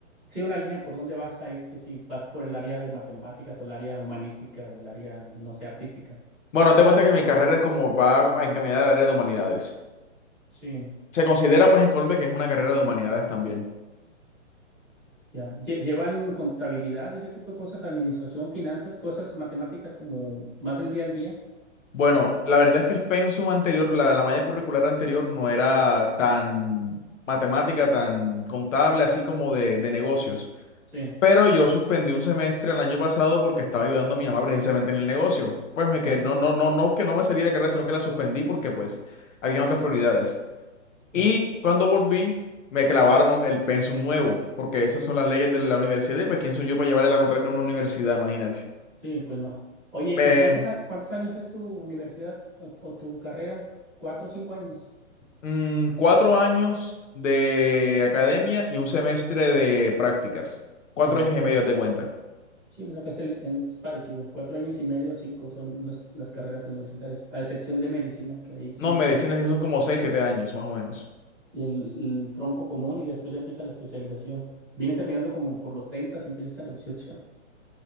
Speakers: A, in the centre; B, on the left.
A: sí, una línea por dónde vas a irte, si vas por el área de matemáticas o el área humanística o el área, no sé, artística.
B: Bueno, haz de cuenta que mi carrera es como va encaminada al área de humanidades.
A: Sí,
B: Se considera pues en Colombia que es una carrera de humanidades también.
A: ya. Lle- ¿Llevan contabilidad, ese tipo de cosas, administración, finanzas, cosas matemáticas como más del día al día?
B: Bueno, la verdad es que el pensum anterior, la, la malla curricular anterior no era tan matemática, tan contable, así como de, de negocios.
A: Sí,
B: Pero yo suspendí un semestre el año pasado porque estaba ayudando a mi mamá precisamente en el negocio. Pues me
A: ok,
B: que no, no, no, no que no me salí de la carrera, sino que la suspendí porque pues había otras prioridades.
A: ya.
B: Y cuando volví, me clavaron el pensum nuevo, porque esas son las leyes de la universidad y pues quién soy yo para llevarle la contraria a una universidad, imagínate.
A: Sí, pues no. Oye,
B: Me,
A: ¿y cuántos, a- cuántos años es tu universidad o, o tu carrera? ¿Cuatro o cinco años?
B: mm, cuatro años de academia y un semestre de prácticas. Cuatro
A: Ah,
B: años
A: ok.
B: y medio, haz de cuenta.
A: Sí, pues acá es, el- es parecido. Cuatro años y medio a cinco son las, las carreras universitarias, a excepción de medicina, que ahí sí,
B: No, medicina sí son como seis, siete años, más o menos.
A: el, el tronco común y después ya empieza la especialización. Vienes terminando como por los 30, si empiezas a los dieciocho.